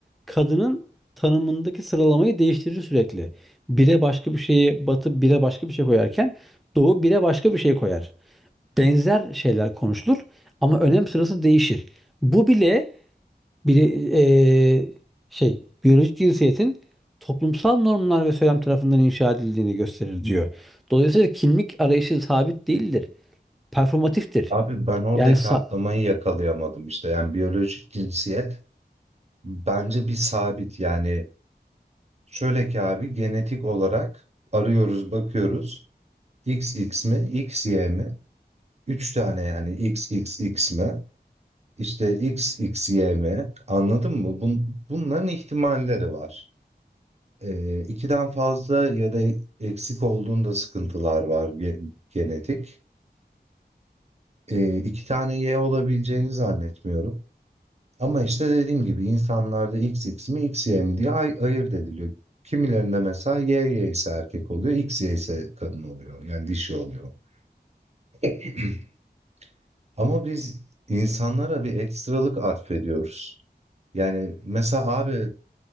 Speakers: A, in the centre; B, on the right (about 40°).
A: kadının tanımındaki sıralamayı değiştirir sürekli. Bire başka bir şeyi Batı bire başka bir şey koyarken Doğu bire başka bir şey koyar benzer şeyler konuşulur ama önem sırası değişir. Bu bile bir eee, şey biyolojik cinsiyetin toplumsal normlar ve söylem tarafından inşa edildiğini gösterir diyor. Dolayısıyla kimlik arayışı sabit değildir. Performatiftir.
B: Abi ben oradaki
A: Yani sa-
B: atlamayı yakalayamadım işte. Yani biyolojik cinsiyet bence bir sabit. Yani şöyle ki abi genetik olarak arıyoruz, bakıyoruz. X X mi? X Y mi? Üç tane yani X X XXX mi? İşte XXY mi? Anladın mı? Bun, bunların ihtimalleri var. Eee, 2'den fazla ya da eksik olduğunda sıkıntılar var ge genetik. Eee, 2 tane Y olabileceğini zannetmiyorum. Ama işte dediğim gibi insanlarda X X mi X Y mi diye ay ayırt ediliyor. Kimilerinde mesela Y Y ise erkek oluyor, X Y ise kadın oluyor. Yani dişi oluyor. <clears throat> Ama biz insanlara bir ekstralık atfediyoruz. Yani mesela abi